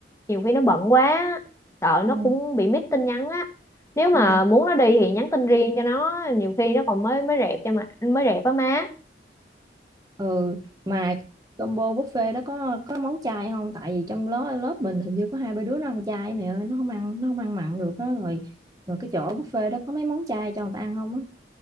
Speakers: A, on the left (about 15°); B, on the right (about 20°).
A: nhiều khi nó bận quá sợ
B: ừ.
A: nó cũng bị miss tin nhắn á nếu mà
B: Ừ.
A: muốn nó đi thì nhắn tin riêng cho nó nhiều khi nó còn mới mới rẹp cho mà mới rẹp á má
B: ừ mà combo buffet đó có có món chay không tại vì trong lớp lớp mình hình như có hai ba đứa nó ăn chay mẹ ơi nó không ăn nó không ăn mặn được á rồi rồi cái chỗ buffet đó có mấy món chay cho người ta ăn không á